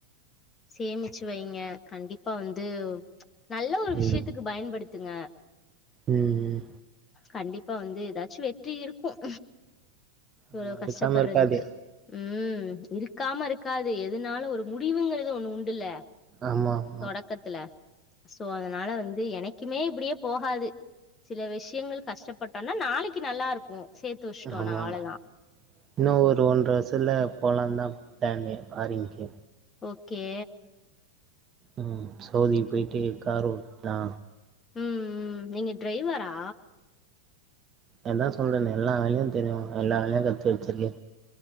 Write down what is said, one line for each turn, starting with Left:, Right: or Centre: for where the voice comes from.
Left: சேமிச்சு வைங்க கண்டிப்பா வந்து நல்ல ஒரு விஷயத்துக்கு
Right: ம்
Left: பயன்படுத்துங்க
Right: ம்
Left: கண்டிப் பா வந்து ஏதாச்சும் வெற்றி இருக்கும் இவ்வளோ
Right: ஆமா
Left: கஷ்டப்படுறதுக்கு
Right: இருக்காம இருக்காது
Left: உம் இருக்காம இருக்காது எதுனாலு ஒரு முடிவுங்கறத ஒண்ணு உண்டுல்ல
Right: ஆமா ஆமா
Left: தொடக்கத்துல சோ அதனால வந்து எனக் க்குமே இப்டியே போகாது சில விஷயங்கள் கஷ்டப்பட்டோனா நாளைக்கு நல்லா இருப்போ சேத்து வெச்சுட்டோனா
Right: ஆமா
Left: அவ்ளதா
Right: இன்னு ஒரு ஒன்ற வருஷத்துல போலாந்தான் பிளானிங் ஃபாரின்க்கு
Left: ஓகே
Right: ம் சவுதிக்கு போயிட்டு கார் ஓட்டலா
Left: ம் ம் நீங்க டிரைவரா
Right: அதா சொல்றேனே எல்லா வேலையு தெரியு எல்லா வேலையு கத்து வச்சிருக்கே